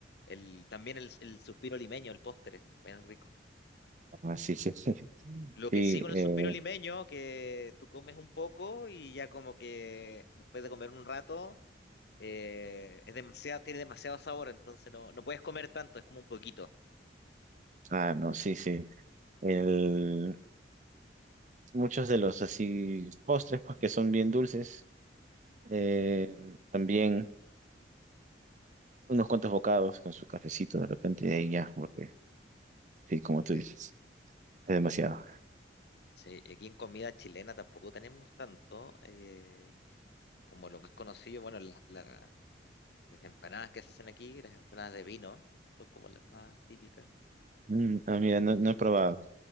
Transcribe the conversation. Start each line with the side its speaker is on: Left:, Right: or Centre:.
Left: el, también el, el suspiro limeño, el postre, bien rico.
Right: Así que <laughs> sí,
Left: Lo
Right: Sí,
Left: que sí con
Right: eh,
Left: el suspiro limeño, que tú comes un poco y ya como que después de comer un rato eh, es demasiado, tiene demasiado sabor, entonces no, no puedes comer tanto, es como un poquito.
Right: ah, no, sí, sí. El, muchos de los así postres, pues que son bien dulces, eh, también unos cuantos bocados con su cafecito de repente y ahí ya, porque sí, como tú
Left: Sí,
Right: dices, es demasiado.
Left: Sí, aquí en comida chilena tampoco tenemos tanto, eh, como lo más conocido, bueno, la- la- las empanadas que se hacen aquí, las empanadas de vino, son como las más típicas.
Right: Mm, ah, mira, no, no he probado,